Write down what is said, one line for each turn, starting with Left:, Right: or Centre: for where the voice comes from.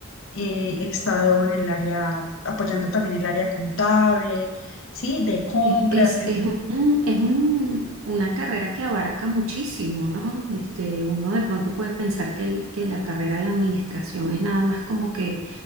Left: eh, he estado en el área, apoyando también el área contable, sí, de compras,
Right: Es, es,
Left: en-
Right: es un, es un- una carrera que abarca muchísimo, ¿no? Este, uno de pronto puede pensar que, el- que la carrera de administración es nada más como que